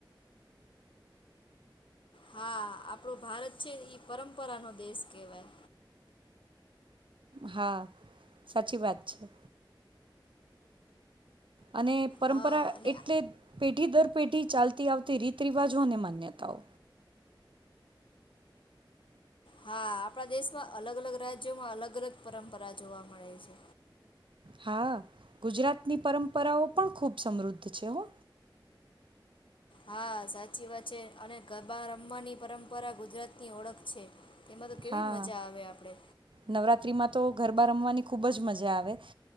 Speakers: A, on the left; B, on the right.
A: હા આપણો ભારત છે ઈ પરંપરાનો દેશ કહેવાય
B: હા સાચી વાત છે. અને પરંપરા
A: હા અને
B: એટલે પેઢી દર પેઢી ચાલતી આવતી રીત રિવાજો અને માન્યતાઓ.
A: હા આપણા દેશમાં અલગ અલગ રાજ્યોમાં અલગ અલગ પરંપરા જોવા મળે છે.
B: હા ગુજરાતની પરંપરાઓ પણ ખૂબ સમૃદ્ધ છે હો.
A: હા સાચી વાત છે અને ગરબા રમવાની પરંપરા ગુજરાત ની ઓળખ છે. તેમાં તો કેવી
B: હા
A: મજા આવે આપડે.
B: નવરાત્રિમાં તો ગરબા રમવાની ખૂબ જ મજા આવે